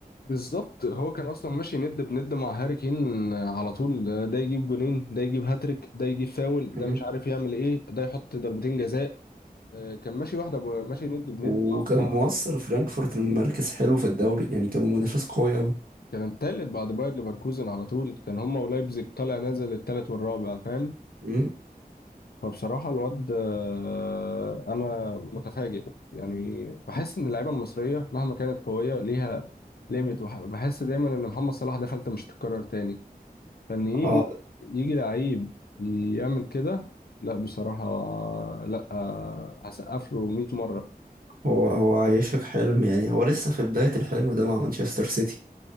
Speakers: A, on the left; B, on the right.
A: بالظبط هو كان اصلا ماشي ند بند مع هاري كين على طول ده يجيب جونين ده يجيب هاتريك ده يجيب فاول ده
B: امم
A: مش عارف يعمل ايه ده يحط ضربتين جزاء آه، كان ماشي واحده ب- ماشي ند بند
B: وكان
A: مع
B: موصل فرانكفورت لمركز حلو في الدوري يعني كانوا منافس قوي قوي
A: كان التالت بعد باير ليفركوزن على طول كان هما ولايبزيج طالع نازل التالت والرابع فاهم
B: امم
A: فبصراحة الواد آه، أنا متفاجئ يعني بحس إن اللعيبة المصرية مهما كانت قوية ليها ليميت بحس دايما إن محمد صلاح ده فلتة مش تتكرر تاني فإن يجي
B: اه
A: يجي لعيب يعمل كده لا بصراحة لا آه، هسقف له 100 مرة
B: هو هو عايشك حلم يعني هو لسه في بداية الحلم ده مع مانشستر سيتي